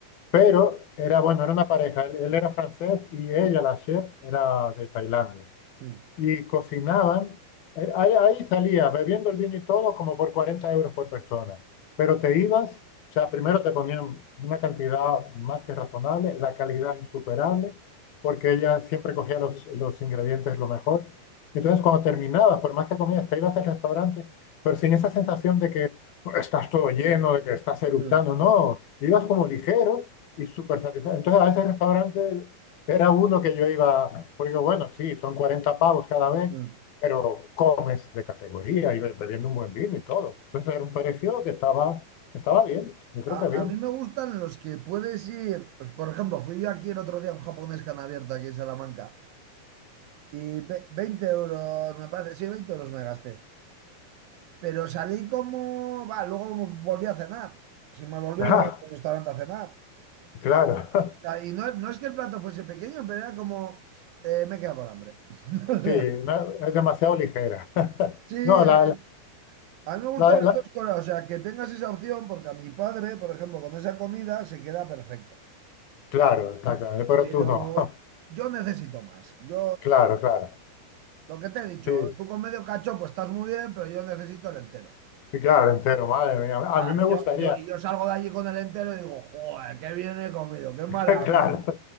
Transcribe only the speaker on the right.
Mm,
mm,
mm,
mm.
A,
a mí me gustan los que puedes ir, pues, por ejemplo, fui yo aquí el otro día a un japonés que han abierto aquí en Salamanca y ve- 20 euros, me parece, sí, 20 euros me gasté. Pero salí como, va, luego volví a cenar. Si me volví
a ir a un restaurante a cenar.
O sea, y no, no es que el plato fuese pequeño, pero era como, "Ps, eh, me he quedado con hambre. <laughs>
Sí, eh,
a mí me gustan
las
dos cosas. O sea, que tengas esa opción, porque a mi padre, por ejemplo, con esa comida se queda perfecto.
Pero
yo necesito más. Yo,
lo que te he dicho,
tú con medio cachopo estás muy bien, pero yo necesito el entero.
Y
claro,
yo,
yo, y yo salgo de allí con el entero y digo, joder, qué bien he comido, qué maravilla.